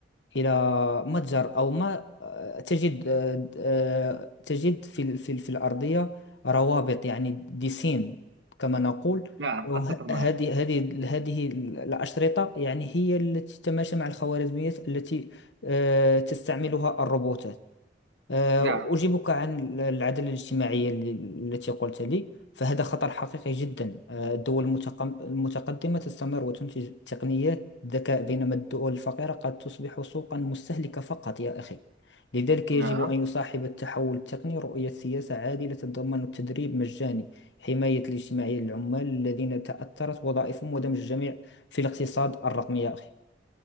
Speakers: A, on the left (about 75°); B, on the right (about 70°).
A: إلى متجر أو ما تجد آه، آه، تجد في ال- في ال- في الأرضية روابط يعني ديسين كما نقول
B: نعم
A: وهذه
B: أتفق معك
A: هذه هذه ال- الأشرطة يعني هي التي تتماشى مع الخوارزميات التي آه، تستعملها الروبوتات آه،
B: نعم
A: أجيبك عن العدالة الاجتماعية اللي- التي قلت لي فهذا خطر حقيقي جدا آه، الدول المتقم- المتقدمة تستمر وتنتج تقنيات ذكاء بينما الدول الفقيرة قد تصبح سوقا مستهلكة فقط يا أخي لذلك يجب
B: نعم
A: أن يصاحب التحول التقني رؤية سياسة عادلة تتضمن التدريب مجاني حماية الاجتماعية للعمال الذين تأثرت وظائفهم ودمج الجميع في الاقتصاد الرقمي يا أخي